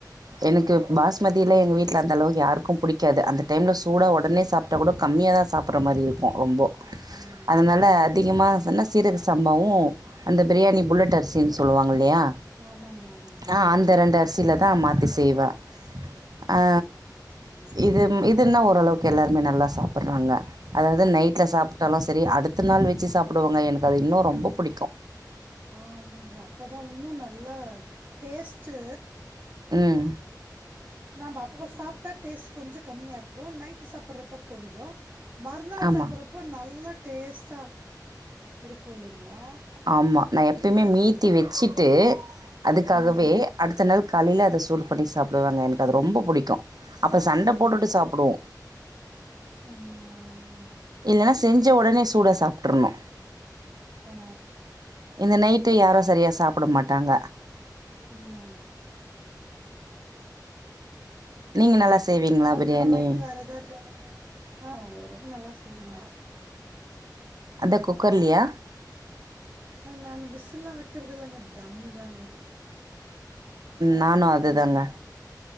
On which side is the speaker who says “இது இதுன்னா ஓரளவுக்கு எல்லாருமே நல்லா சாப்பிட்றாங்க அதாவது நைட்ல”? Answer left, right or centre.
Right